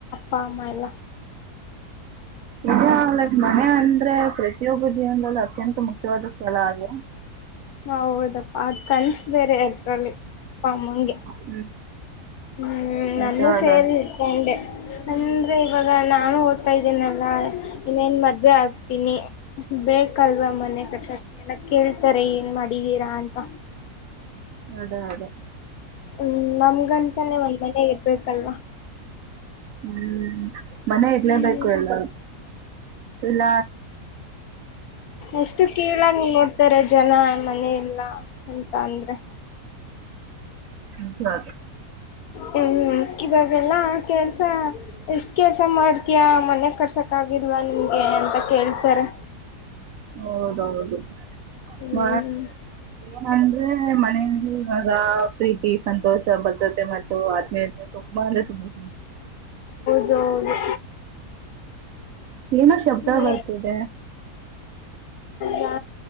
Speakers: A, on the left; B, on the right.
A: ಪಾಮ ಎಲ್ಲ.
B: ಇ ಲೈಕ್ ಮನೆ ಅಂದ್ರೆ ಪ್ರತಿಯೊಬ್ಬ ಜೀವನದಲ್ಲಿೂ ಅತ್ಯಂತ ಮುಖ್ಯವಾದ ಸ್ಥಳ ಅದು.
A: ಹೌದಪ್ಪಾ ಅದ್ ಕನ್ಸ ಬೇರೆ ಅದ್ರಲ್ಲಿಪ್ಪಮ್ಮಂಗೆ.
B: ಹ್ಮ್
A: ಹ್ಮ್
B: ನಿಜವಾದ
A: ನನ್ನೂ ಸೇರಿ ಇಟ್ಕೊಂಡೆ ಅಂದ್ರೆ ಇವಾಗ ನಾನು. ಹತಾ ಇದೇನಲ್ಲಾ ಇನ್ನೇನ್ ಮದ್ವೆ ಆಗ್ತೀನಿ ಬೇಕಲ್ವ ಮನೆ ಕಕ್ಷಕ್ಕೆ. ಏನ ಕೇಳ್ತಾರೆ ಏನ್ ಮಾಡಿದೀರಾ ಅಂತ.
B: ಅದೇ ಅದೇ.
A: ಹ್ಮ್ ನಮಗಂತಾನೇ ಒಂದ್ ಮನೆ ಇರ್ಬೇಕಲ್ವಾ.
B: ಹ್ಮ್ ಮನ ಇಡ್ಲೇಬೇಕು
A: ಹ್ಮ್
B: ಎಲ್ಲ. ಎಲ್ಲ.
A: ಅಷ್ಟು ಕೀಳಂಗ ನೋಡ್ತಾರೆ. ಜನ ಮನ ಇಲ್ಲ ಎಂತ ಅಂದ್ರೆ.
B: ನಿಜ ಅದು
A: ಹ್ಮ್ ಇವಾಗೆಲ್ಲಾ ಕೆಲ್ಸ ಎಷ್ಟ ಕೆಲ್ಸ ಮಾಡ್ತಯ ಮನೆ ಕರ್ಸಕ್ ಆ. ಹಿಲ್ವಾ ನಿಮ್ಗೆ ಎಂತ ಕೇಳ್ತಾರೆ.
B: ಹೌದೌದು
A: ಹ್ಮ್
B: ಮ ಏನಂದ್ರೆ ಮನೆಯಲ್ಲಿ. ಹದಾ ಪ್ರೀತಿ ಸಂತೋಷ್. ಭದ್ರತೆ ಮತ್ತು ಆತ್ಮೀಯತೆ ತುಂಬಾ ಅಂದ್ರೆಂಬ.
A: ಜ. <inaudible>
B: ಏನೋ ಶಬ್ದ
A: ಹ್ಮ
B: ಬರ್ತಿದೆ
A: ಹಾ.